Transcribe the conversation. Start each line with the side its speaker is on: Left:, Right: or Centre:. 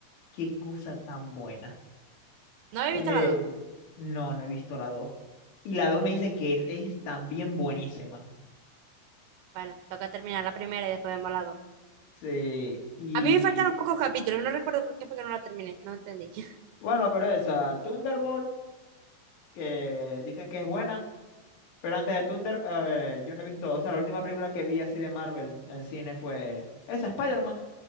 Left: qué cosa tan buena.
Right: No he
Left: Eh,
Right: visto la dos.
Left: no, no he visto la dos Y la 2 me dicen que es, es también buenísima.
Right: Bueno, toca terminar la primera y después vemos la dos.
Left: Sí, y
Right: A mí me faltaron pocos capítulos, no recuerdo por qué fue que no la terminé, no entendí. <laughs>
Left: bueno, pero esa, Thunderbolt, que dicen que es buena, pero antes de Thunder, eh, yo no he visto, o sea, la última película que vi así de Marvel en cine fue esa, Spider-Man,